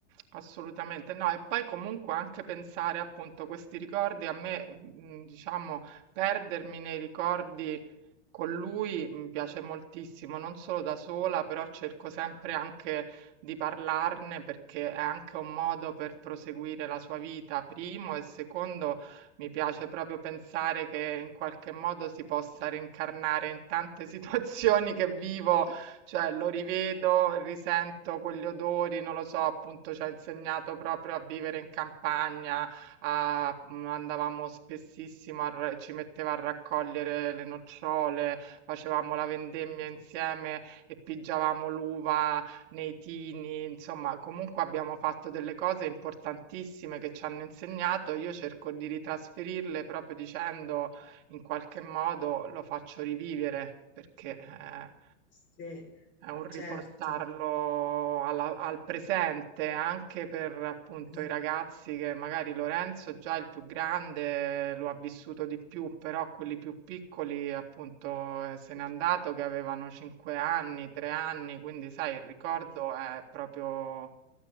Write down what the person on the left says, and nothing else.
Sì,
certo.
Eh,
eh,
Va bene.